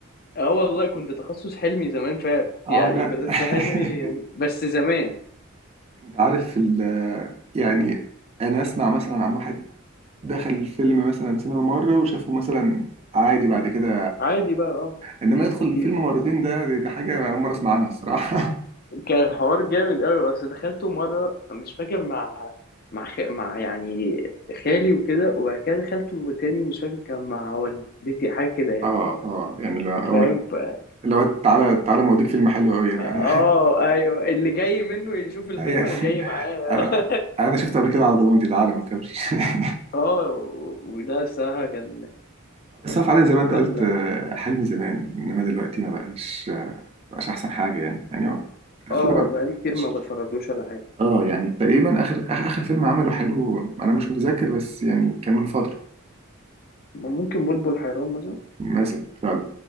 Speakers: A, on the left; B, on the right.
A: اه والله كنت تخصص حلمي زمان فعلا
B: اه
A: يعني
B: لا
A: كنت
B: <laughs>
A: في حلمي بس زمان
B: انت عارف ال... يعني انا اسمع مثلا عن واحد دخل الفيلم مثلا سينما مره وشافه مثلا عادي بعد كده
A: عادي بقى اه
B: انما
A: أمم،
B: يدخل
A: كتير
B: الفيلم مرتين ده دي, دي حاجه اول مره اسمع عنها الصراحه
A: كان حوار جامد قوي بس دخلته مره مش فاكر مع مع خ... مع يعني خالي وكده وبعد كده دخلته تاني مش فاكر كان مع والدتي حاجه
B: <laughs>
A: كده يعني
B: اه اه يعني لا اول
A: فاهم ف...
B: لو تعالى تعالى ما اوديك فيلم حلو قوي <laughs>
A: اه ايوه اللي جاي منه يشوف الفيلم
B: يعني
A: انا جاي معاه
B: انا
A: <laughs>
B: أنا شفته قبل كده على ضمانتي تعالى ما تكبرش <laughs>
A: اه و- وده الصراحه كان
B: بس هو فعلا
A: كانت
B: زي ما انت قلت
A: افلام
B: آه،
A: جامده
B: حلمي زمان انما دلوقتي ما بقاش آه، ما بقاش احسن حاجه يعني يعني هو افلام
A: اه
B: ما
A: بقالي كتير
B: بقاش
A: ما بتفرجلوش ولا حاجه
B: اه يعني تقريبا اخر اخر آخر فيلم عمله حلو انا مش متذكر بس يعني كان من فتره
A: ممكن بلبل حيران مثلا
B: مثلا فعلا